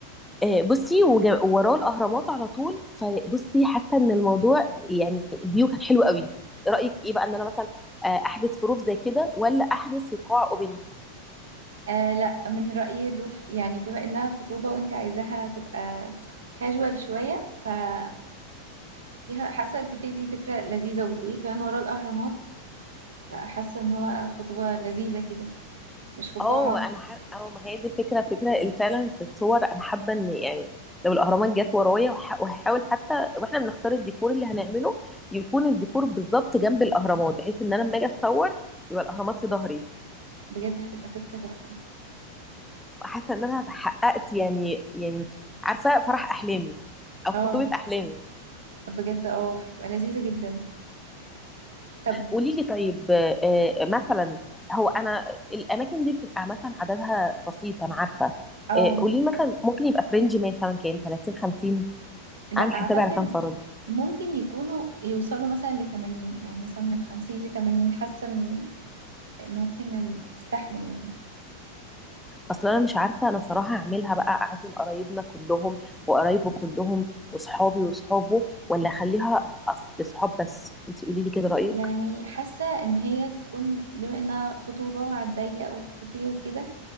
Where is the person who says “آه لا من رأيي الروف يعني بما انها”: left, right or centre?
Right